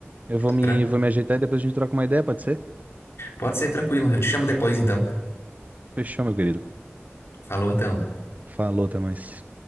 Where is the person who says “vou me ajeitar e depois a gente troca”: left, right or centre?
Right